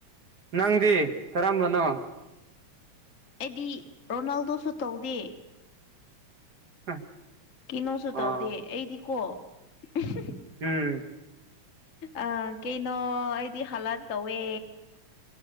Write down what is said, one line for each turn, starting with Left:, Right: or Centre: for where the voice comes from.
Right: ꯅꯪꯗꯤ ꯀꯔꯝꯕꯅꯣ
Left: ꯑꯩꯗꯤ ꯔꯣꯅꯥꯜꯗꯣꯁꯨ ꯇꯧꯗꯦ
Right: <inaudible>
Left: ꯀꯤꯅꯣꯁꯨ
Right: ꯑꯣ
Left: ꯇꯧꯗꯦ ꯑꯩꯗꯤꯀꯣ <unintelligible>
Right: ꯎꯝ
Left: ꯑꯥ ꯀꯩꯅꯣ ꯑꯩꯗꯤ ꯍꯥꯂꯥꯠ ꯇꯧꯋꯦ